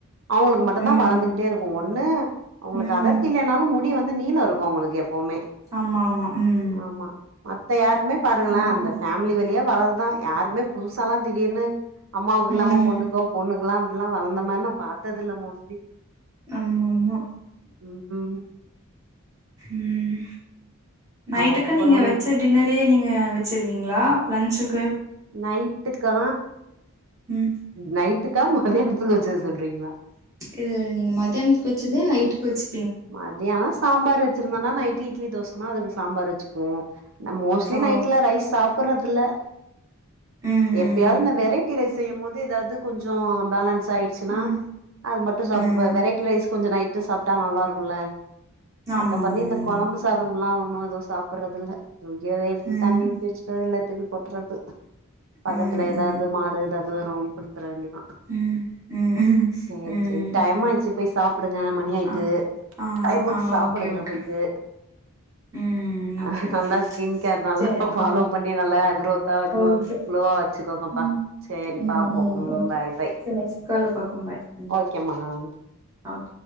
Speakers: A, on the right; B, on the right.
A: அவ்ங்களுக்கு மட்டுந்தா
B: ம்,
A: வளந்துகிட்டே இருக்கு ஒண்ணு அவங்களுக்கு
B: ம்,
A: அடர்த்தி இல்லனாலு முடி வந்து நீளோ இருக்கு அவங்களுக்கு எப்பவுமே
B: ஆமாமா ம்
A: ஆமா மத்த யாருக்குமே பாருங்கள
B: ஆமா,
A: அந்த ஃபேமிலி வழியா வர்ரதுதா யாருக்குமே புதுசாலா திடீர்ன்னு அம்மாவுக்குல்லாம
B: ம்,
A: பொண்ணுக்கோ பொண்ணுக்லா அப்டெல்லா வளந்த மாரி நா பாத்தது இல்ல மோஸ்ட்லி
B: அம்மம்மா
A: ம் ம்
B: ம் நைட்டுக்கு
A: அப்புறோ
B: நீங்க வச்ச டின்னரே நீங்க வச்சிருவீங்ளா லன்ஞ்ச்சுக்கு
A: நைட்டுக்கா
B: ம்.
A: நைட்டுக்கா மதியானத்துக்கு வச்சத சொல்றீங்ளா
B: இல்லல்ல நீங்க மதியானத்துக்கு வச்சதே நைட்டுக்கு வச்சு
A: மதியானோ சாம்பார் வச்சிருந்தனா நைட்டு் இட்லி தோசனா அதுக்கு சாம்பார் வச்சுக்வோ நா மோஸ்ட்லி
B: ஓ
A: நைட்ல ரைஸ் சாப்ட்றதில்ல
B: ம்
A: எப்பயாது
B: ம்
A: இந்த வெரைட்டி ரைஸ் செய்யும் போது ஏதாது கொஞ்சோ பேலன்ஸ் ஆயிடுச்சுனா
B: ம்
A: அது மட்டு சாப்ட்டுப
B: ம்
A: வெரைட்டி ரைஸ் கொஞ்சோ நைட்டு சாப்ட்டா நல்லா இருக்குல்ல மத்த
B: ஆமா ஆமா
A: பண்ணி இந்த
B: நல்லாருக்கு
A: கொழம்பு சாப் தம்லா ஒண்ணு ஏது சாப்ட்றது இல்ல தூகிய எடுத்து
B: ம்
A: தண்ணி ஊத்தி வச்சுக்றது இல்ல தூக்கி போட்றது பக்கத்துல
B: ம்
A: ஏதாது
B: ம்
A: மாடு ஏதாது வரு குடுத்துற வேண்டியதா
B: ம் ம்
A: சேரி
B: ம்
A: சேரி டைமாயிச்சு போய் சாப்டுங்க மணி ஆய்ட்டு
B: ஆ ஆ
A: டைமுக்கு
B: ஆ
A: சாப்டுங்க
B: ஓகே ஓகே
A: போய்ட்டு
B: ம்
A: அ
B: ஓகே ஓகே
A: நல்லா ஸ்கின் கேர் நல்லா
B: சரி
A: ஃபாலோ
B: ஆ
A: பண்ணி நல்லா க்ரோத்தா க்ளு
B: ஓகே
A: க்ளோவா வச்சுகோங்கப்பா
B: ம்
A: சேரி
B: ம்
A: பாப்போ ம்
B: ஓகே
A: பாய் பாய்
B: சரி நெக்ஸ்ட் கால்ல பாக்குறோம் பாய் ம்
A: ஓக் கமான்ட்
B: ஓகே